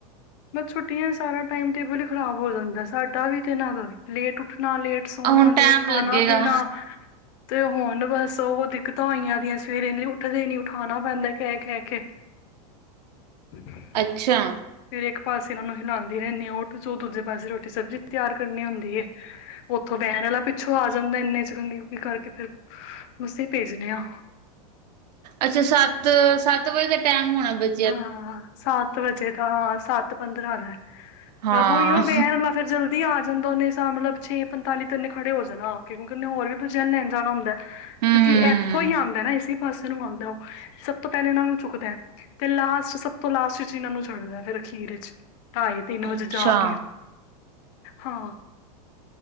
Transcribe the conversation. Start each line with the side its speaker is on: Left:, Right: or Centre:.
Left: ਬਸ ਛੁੱਟੀਆਂ ਸਾਰਾ ਟਾਈਮ ਟੇਬਲ ਹੀ ਖਰਾਬ ਹੋ ਜਾਂਦਾ ਸਾਡਾ ਵੀ ਤੇ ਇਹਨਾਂ ਦਾ ਵੀ ਲੇਟ ਉੱਠਣਾ ਲੇਟ। ਸੌਣਾ,
Right: ਹੁਣ
Left: ਲੇਟ
Right: ਟੈਮ
Left: ਖਾਣਾ
Right: ਲੱਗੇਗਾ
Left: ਪੀਣਾ। ਤੇ ਹੁਣ ਬਸ ਉਹ ਦਿੱਕਤਾਂ ਆਈਆਂ ਦੀਆਂ ਸਵੇਰੇ ਉੱਠਦੇ ਨੀ ਉਠਾਉਣਾ ਪੈਂਦਾ ਕਹਿ ਕਹਿ ਕੇ। ਹੂੰ।
Right: ਅੱਛਾ!
Left: ਫਿਰ ਇੱਕ ਪਾਸੇ ਇਹਨਾ ਨੂੰ ਹਿਲਾਦੀ ਰਹਿਣੀ ਆ, ਉੱਠ ਜੋ ਦੂਜੇ ਪਾਸੇ ਰੋਟੀ- ਸਬਜ਼ੀ ਵੀ ਤਿਆਰ ਕਰਨੀ ਹੁੰਦੀ ਐ। ਉੱਥੋਂ ਵੇਨ ਵਾਲਾ ਪਿੱਛੋਂ ਆ ਜਾਂਦਾ। ਇੰਨੇ 'ਚ ਕੰਗੀ ਕੁੰਗੀ ਕਰਕੇ ਫੇਰ ਮਸਾ ਹੀ ਭੇਜ ਦੇ ਆ।
Right: ਅੱਛਾ! ਸੱਤ- ਸੱਤ ਵਜੇ ਦਾ ਟਾਈਮ ਹੋਣਾ ਬਚ
Left: ਹਾਂ! ਸੱਤ ਵਜੇ ਦਾ। ਸੱਤ ਪੰਦਰਾਂ ਦਾ ਐ।
Right: ਹਾਂ
Left: <unintelligible> ਦੀ ਆ ਜਾਂਦਾ। ਉਹਨੇ ਸਾਂ ਮਤਲਬ ਛੇ ਪੰਤਾਲੀ ਤੇ ਓਨੇ ਖੜੇ ਹੋ ਜਾਨਾ ਆ ਕੇ। ਕਿਉਂਕਿ ਉਹਨੇ ਹੋਰ ਵੀ ਬੱਚਿਆਂ ਨੂੰ ਲੈਣ ਜਾਣਾ ਹੁੰਦਾ। ਕਿਉਂਕਿ!
Right: ਹਮ
Left: ਅਏਥੋ ਹੀ ਆਦਾ ਨਾ। ਇਸੇ ਪਾਸੇ ਨੂੰ ਆਦਾ ਉਹ ਸਭ ਤੋਂ ਪਹਿਲੇ ਇਹਨਾਂ ਨੂੰ ਚੁੱਕਦਾ। ਤੇ ਲਾਸਟ, ਸਭ ਤੋਂ ਲਾਸਟ ਵਿੱਚ ਇਹਨਾਂ ਨੂੰ ਛੱਡਦਾ ਏ ਫਿਰ ਅਖੀਰ ਵਿੱਚ, ਢਾਈ ਤਿੰਨ ਵਜੇ
Right: ਅੱਛਾ
Left: ਜਾ ਕੇ। ਹਾਂ!